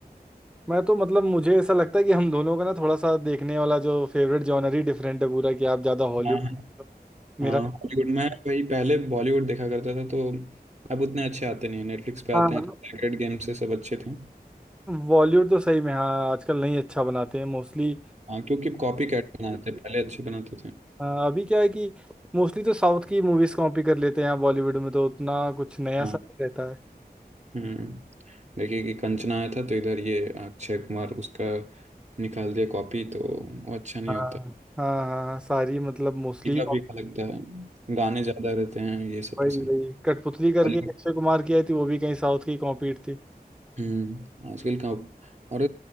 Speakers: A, in the centre; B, on the right.
A: मैं तो मतलब मुझे ऐसा लगता है कि हम दोनों का ना थोड़ा सा देखने वाला जो फेवरेट जॉनर ही डिफरेंट है पूरा कि आप ज़्यादा हॉलीवुड
B: हाँ हाँ
A: मेरा
B: हॉलीवुड में वही पहले बॉलीवुड देखा करता था तो अब उतने अच्छे आते नहीं है नेटफ्लिक्स पे आते
A: हाँ
B: हैं तो सैक्रेड गेम से सब अच्छे थे
A: बॉलीवुड तो सही में हाँ आजकल नहीं अच्छा बनाते हैं मोस्टली
B: हाँ क्योंकि कॉपी कैट बनाते थे पहले अच्छे बनाते थे
A: हाँ अभी क्या है कि मोस्टली तो साउथ की मूवीज कॉपी कर लेते हैं यहाँ बॉलीवुड में तो उतना कुछ नया
B: हाँ
A: सा नहीं रहता है
B: हम्म देखिए कि कंचना आया था तो इधर ये अक्षय कुमार उसका निकाल दिया कॉपी तो वो अच्छा नहीं
A: हाँ
B: होता
A: हाँ हाँ हाँ, सारी मतलब मोस्टली
B: फीका फीका लगता है गाने ज्यादा रहते हैं ये सब
A: वही
B: पसंद
A: वही कठपुतली करके
B: हॉलीवुड
A: एक अक्षय कुमार की आई थी वो भी कहीं साउथ की कॉपी थी
B: हम्म आजकल का और